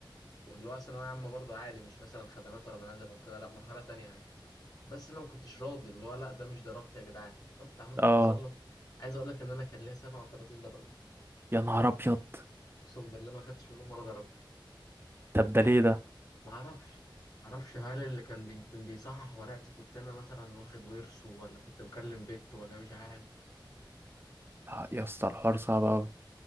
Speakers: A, on the left; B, on the right.
A: واللي هو ثانوية عامة برضه عادي مش مثلا خدمات ولا منازل أو كده لأ مرحلة تانية عادي بس أنا ما كنتش راضي اللي هو لأ ده مش درجتي يا جدعان رحت عملت
B: اه
A: تظلم عايز أقول لك إن أنا كان ليا 37 درجة
B: يا نهار ابيض
A: أقسم بالله ما خدتش منهم ولا درجة
B: طب ده ليه ده
A: ما أعرفش ما أعرفش هل اللي كان بي- بيصحح ورقتي كنت أنا مثلا واخد ورثه ولا كنت بكلم بت ولا مش عارف
B: آه، يا اسطى الحوار صعب قوي